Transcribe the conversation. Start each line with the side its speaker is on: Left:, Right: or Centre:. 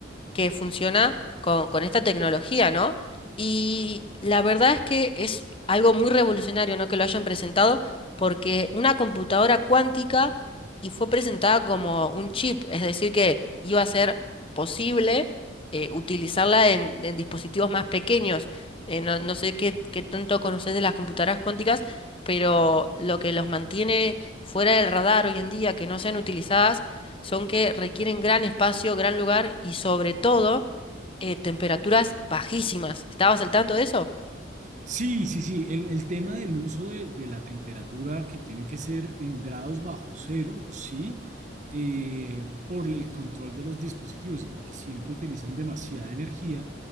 Left: que funciona con, con esta tecnología, ¿no? Y la verdad es que es algo muy revolucionario, ¿no? Que lo hayan presentado porque una computadora cuántica y fue presentada como un chip, es decir, que iba a ser posible eh, utilizarla en, en dispositivos más pequeños. Eh, no, no sé qué, qué tanto conoces de las computadoras cuánticas, pero lo que los mantiene fuera del radar hoy en día, que no sean utilizadas, son que requieren gran espacio, gran lugar y sobre todo eh, temperaturas bajísimas. ¿Estabas al tanto de eso?
Right: Sí, sí, sí. El, el tema del uso de, de la temperatura que tiene que ser en grados bajo cero, sí, eh, por el control de los dispositivos y porque siempre utilizan demasiada energía,